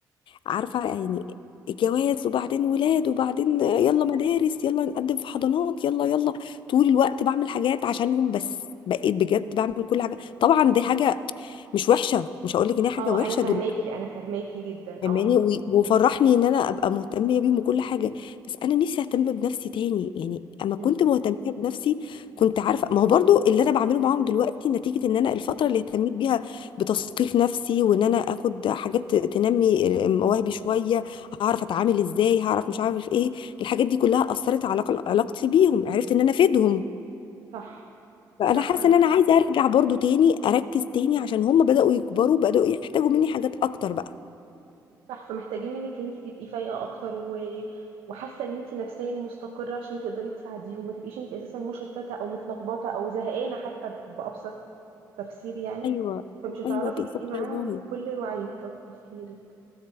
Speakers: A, on the left; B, on the right.
A: عارفه يعني الجواز وبعدين ولاد وبعدين يلا مدارس يلا نقدم في حضانات يلا يلا طول الوقت بعمل حاجات عشانهم بس بقيت بجد بعمل كل حاجه طبعا دي حاجه مش وحشه مش هقول لك ان هي حاجه
B: اه
A: وحشه
B: انا فاهماكي
A: دول
B: انا فاهماكي جدا
A: فاهماني
B: اه
A: و- وفرحني ان انا ابقى مهتمه بيهم وكل حاجه بس انا نفسي اهتم بنفسي تاني يعني اما
B: مم.
A: كنت مهتمه بنفسي كنت عارفه ما هو برضو اللي انا بعمله معاهم دلوقتي نتيجه ان انا الفتره اللي اهتميت بيها بتثقيف نفسي وان انا اخد حاجات تنمي آه، مواهبي شويه هعرف اتعامل ازاي هعرف مش عارف ايه الحاجات دي كلها اثرت على علاق- علاقتي بيهم عرفت ان انا افيدهم
B: صح
A: فانا
B: صح
A: حاسه
B: عندك
A: ان انا
B: حق
A: عايزه ارجع برضو تاني اركز تاني عشان هم بداوا يكبروا بداوا يحتاجوا مني حاجات اكتر بقى
B: صح فمحتاجين منك ان انت تبقي فايقه اكتر و... وحاسه ان انت نفسيا مستقره عشان تقدري تساعديهم ما تبقيش انت اساسا مشتته او متلخبطه او زهقانه حتى بابسط تفسير يعني
A: ايوه
B: فمش هتعرفي
A: ايوه بالظبط
B: تبقي معاهم
A: والله
B: بكل وعيك وتفكيرك